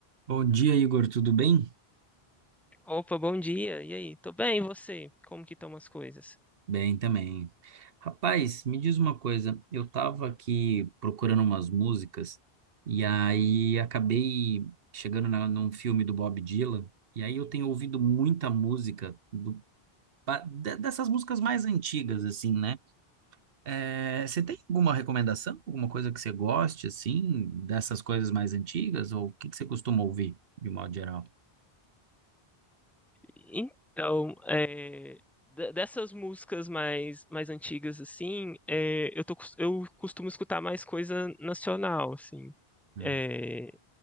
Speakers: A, on the right; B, in the centre.
A: Bom dia, Igor, tudo bem?
B: Opa, bom dia. E aí? Tô bem, e você? Como que estão as coisas?
A: Bem também. Rapaz, me diz uma coisa, eu estava aqui procurando umas músicas e aí acabei chegando na, num filme do Bob Dylan e aí eu tenho ouvido muita música do, pa- de- dessas músicas mais antigas, assim, né? É, você tem alguma recomendação, alguma coisa que você goste, assim, dessas coisas mais antigas ou o que que você costuma ouvir, de modo geral?
B: Então, é, de- dessas músicas mais, mais antigas, assim, é, eu tô, cos- eu costumo escutar mais coisa nacional, assim.
A: Hum,
B: É,